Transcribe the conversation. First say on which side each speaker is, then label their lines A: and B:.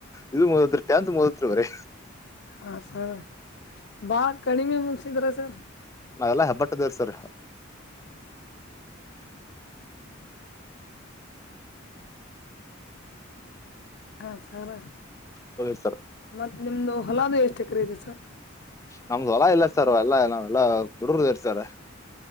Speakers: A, on the left; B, on the left.
A: ಇದ್ ಮುಗುದ್ರ ಟೆಂತ್ ಮುಗಿತದ್ರಿ.
B: ಹ ಸರ್ ಬಾಳ ಕಡಿಮೆ ಮುನ್ಸಿದ್ರ ಸರ್.
A: ನಾವೆಲ್ಲ ಹೆಬ್ಬಟ್ಟದವ್ರ್ ಸರ್.
B: ಹಾ ಸರ
A: ಹೋಗಿರ್ತರ
B: ಮತ್ತತ್ ನಿಮ್ದು ಹೊಲದ ಎಷ್ಟು ಎಕರೆ ಇದೆ ಸರ್
A: ನಮ್ದು ಹೊಲ ಇಲ್ಲ ಸರ್ ಎಲ್ಲಾ ನಾವ್ ಎಲ್ಲಾ ಹುಡ್ರದರ್ ಸರ್